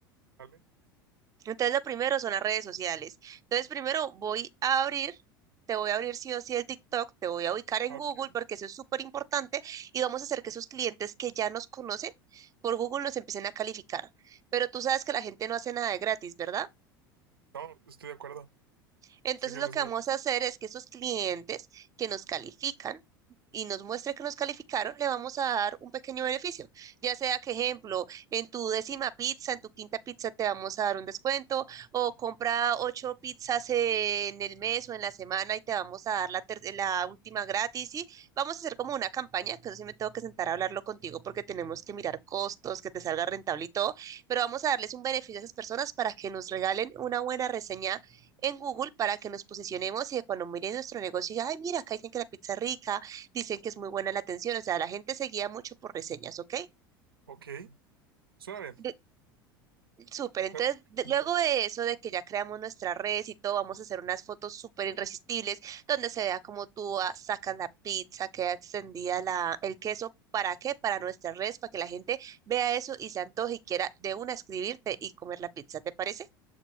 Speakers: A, on the right; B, on the right.
A: ¿Vale?
B: Entonces, lo primero son las redes sociales. Entonces, primero voy a abrir, te voy a abrir sí o sí el TikTok, te voy a ubicar en
A: Ah,
B: Google
A: Ok.
B: porque eso es súper importante y vamos a hacer que esos clientes que ya nos conocen por Google nos empiecen a calificar. Pero tú sabes que la gente no hace nada de gratis, ¿verdad?
A: No, estoy de acuerdo.
B: Entonces
A: Sé que
B: lo
A: no
B: que
A: es
B: vamos
A: gratis.
B: a hacer es que esos clientes que nos califican y nos muestre que nos calificaron, le vamos a dar un pequeño beneficio. Ya sea que, ejemplo, en tu décima pizza, en tu quinta pizza te vamos a dar un descuento o compra ocho pizzas en el mes o en la semana y te vamos a dar la, ter- la última gratis y vamos a hacer como una campaña, que eso sí me tengo que sentar a hablarlo contigo porque tenemos que mirar costos, que te salga rentable y todo, pero vamos a darles un beneficio a esas personas para que nos regalen una buena reseña en Google para que nos posicionemos y que cuando miren nuestro negocio digan, ay, mira, acá dicen que la pizza es rica, dicen que es muy buena la atención, o sea, la gente se guía mucho por reseñas, ¿ok?
A: Ok. Suena bien.
B: De- Súper, entonces
A: Me,
B: de-
A: me
B: luego
A: parece
B: de
A: bien.
B: eso, de que ya creamos nuestra red y todo, vamos a hacer unas fotos súper irresistibles donde se vea cómo tú ah, sacas la pizza, queda extendida la, el queso. ¿Para qué? Para nuestras redes, para que la gente vea eso y se antoje y quiera de una escribirte y comer la pizza, ¿te parece?